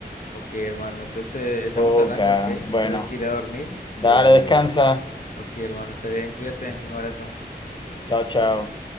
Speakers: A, on the left; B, on the left.
A: Ok, hermano, entonces estamos
B: ok,
A: hablando, ok,
B: bueno,
A: creo que iré a dormir
B: dale,
A: eh,
B: descansa.
A: ok, hermano, está bien, cuídate, un abrazo.
B: Chao, chao.